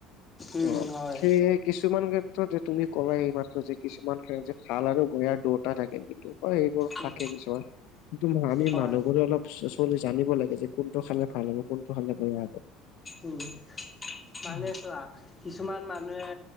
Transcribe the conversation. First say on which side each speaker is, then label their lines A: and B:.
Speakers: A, on the left; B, on the left.
A: উম
B: অ
A: হয়
B: কি, কিছুমান ক্ষেত্ৰত যে তুমি ক'লা এইমাত্ৰ যে কিছুমান ক্ষ যে ভাল আৰু বেয়াৰ দুটা থাকে কিন্তু। হয় এইবোৰ
A: উম
B: থাকে কিছুমান কিন্তু আমি
A: হয়
B: মানুহবোৰে অলপ, চলি জানিব লাগে যে কোনটো খালে ভাল হ'ব কোনটো খালে বেয়া হব।
A: উম মানে
B: উম
A: চোৱা। কিছুমান মানুহে